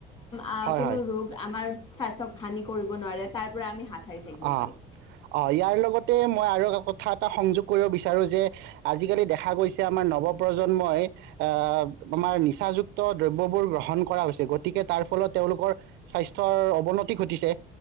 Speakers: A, on the left (about 30°); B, on the right (about 70°).
A: আ
B: হয়
A: কোনো
B: হয়
A: ৰোগ আমাৰ। স্বাস্থ্যক হানি কৰিব নোৱাৰে তাৰ পৰা আমি হাত। সাৰি থাকিব
B: অ
A: পাৰো হয়
B: অ ইয়াৰ লগত লগতে মই আৰু কথা এটা সংযোগ কৰিব বিচাৰো যে আজিকালি দেখা গৈছে আমাৰ নৱপ্ৰজন্মই আহ আমাৰ নিচাযুক্ত দ্ৰব্যবোৰ গ্ৰহণ কৰা হৈছে গতিকে তাৰ ফলত তেওঁলোকৰ স্বাস্থ্যৰ অৱনতি ঘটিছে।